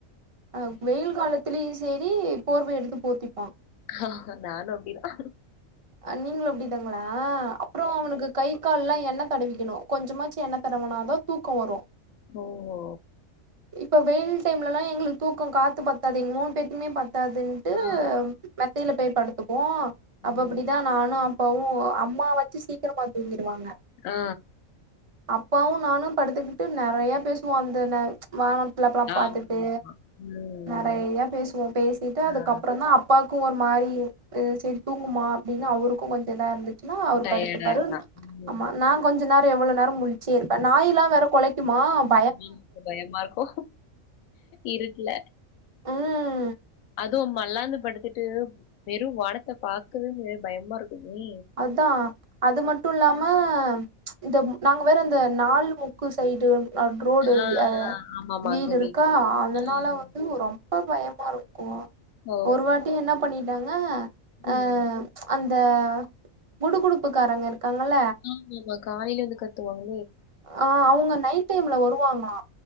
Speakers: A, on the right; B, on the left.
A: அ வெயில் காலத்திலயு செரி போர்வ எடுத்து போத்திப்பா
B: ஹா ஹா நானு அப்படிதா
A: அ நீங்களு அப்டித்தாங்களா அப்றோ அவனுக்கு கை கால் ல்லா எண்ண தடவிக்கணு கொஞ்சமாச்சு எண்ணெ தடவுனாதா தூக்கோ வரு
B: ஒ ஒ
A: இப்ப வெயில் டைம்ல ல்லா எங்களுக்கு தூக்கோ காத்து பத்தாது எங்க மூன் பேத்க்குமே பத்தாதுன்ட்டு
B: ஆ.
A: மெத்தைல போய் படுத்துப்போ
B: ம்.
A: அப்ப அப்டித்தா நானு அப்பாவு அம்மா வாச்சு சீக்கிரமா தூங்கிருவாங்க
B: ஆ ஆ
A: அப்பாவு நானு படுத்துக்கிட்டு நெறைய பேசுவோ அந்த நே வானத்துல அப்பலா
B: ஆமா.
A: பாத்துட்டு
B: ம்.
A: நெறையா பேசுவோ பேசிட்டு
B: ஆ
A: அதுக்கப்பறோ தா அப்பாக் கு ஒரு மாரி இரு க்கு செரி தூங்குமா அப்டின்னு அவருக்கு கொஞ்சோ இதா இருந்து ன்னா அவரு
B: டயர்டா
A: படுத்து பாரு
B: இருந்தா. ம்.
A: ஆமா நா கொஞ்ச நேரோ எவ்ளோ நேரோ முழிச்சே இருப்பே நாய்ல வேற கொலைக்கு மா ம்
B: பேய் பயமாருக்கு இருட்ல
A: ம்
B: அதுவு‌‌ மல்லாந்து படுத்துட்டு வெறு வானத்த பாக்கவே முடியாது பயமா இருக்கோ நீ
A: அதா அது மட்டு இல்லாம் ம இந்த ம் நாங்க வேற இந்த நாலு முக்கு சைடு அடு ரோடு
B: ஆ,
A: விய
B: ஆ. ஆமாமா,
A: வீடு
B: அங்க
A: இருக்கா அதனால
B: ம்.
A: வந்து ரொம்ப பயமா ருக்கு
B: ஓ!
A: ஒரு வாட்டி என்ன பண்ணிடாங்க
B: ம்.
A: அ அந்த குடு குடுப்புக்காரங்க இருகாங்கள
B: ஆமா காலேல வந்து கத்துவாங்க
A: ஆ அவுங்க நைட் டைம்ல வருவாங்களா